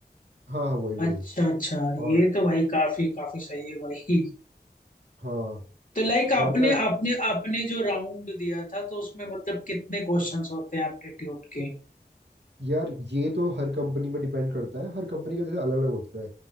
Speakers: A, on the right; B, on the left.
A: हाँ हाँ वही वही
B: अच्छा अच्छा
A: और
B: ये तो भाई काफी काफी सही है भाई
A: हाँ
B: तो लाइक आपने
A: और क्या
B: आपने आपने जो राउंड दिया था तो उसमें मतलब कितने क्वेश्चंस होते हैं एप्टीट्यूड के
A: यार ये तो हर कंपनी पे डिपेंड करता है हर कंपनी का जैसे अलग अलग होता है